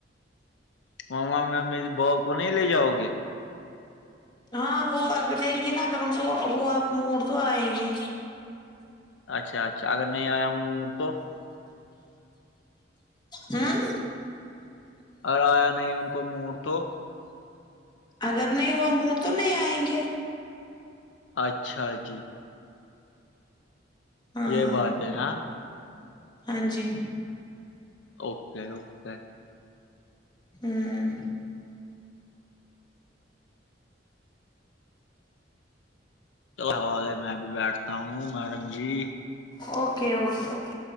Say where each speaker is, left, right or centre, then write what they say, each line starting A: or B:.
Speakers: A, on the left; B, on the left.
A: ماما میں میری با کو نہیں لے جاؤ گے
B: ہاں وہ دیں گے نا اگر ان کو ہواڑ تو آئیں گے
A: اچھا اچھا اگر نہیں آیا ہوں تو
B: ہاں
A: اور آیا نہیں ان کو موڑ تو
B: اگر نہیں ہوا موڑ تو نہیں آئیں گے
A: اچھا جی
B: ہاں
A: یہ بات ہے ہاں
B: ہاں جی
A: اوکے اوکے
B: ہوں
A: ال حوال ہے میں بھی بیٹھتا ہوں میڈم جی
B: اوکے اوکےوکے